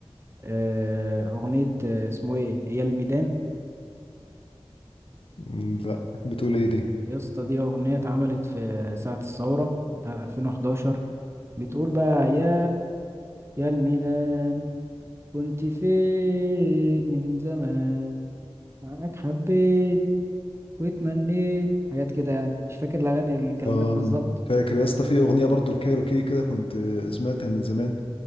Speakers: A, on the right; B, on the left.
A: آه، اغنية آه، اسمه ايه يا الميدان
B: مم، لا بتقول ايه دي
A: يا اسطى دي اغنية اتعملت في ساعة الثورة بتاعت 2011 بتقول بقى يا يا الميدان كنت فين من زمان معاك حبيت واتمنيت حاجات كده يعني مش فاكر الأغاني الكلمات
B: اه
A: بالظبط
B: فاكر يا اسطى في اغنية برضو الكايروكي كده كنت آه، سمعتها من زمان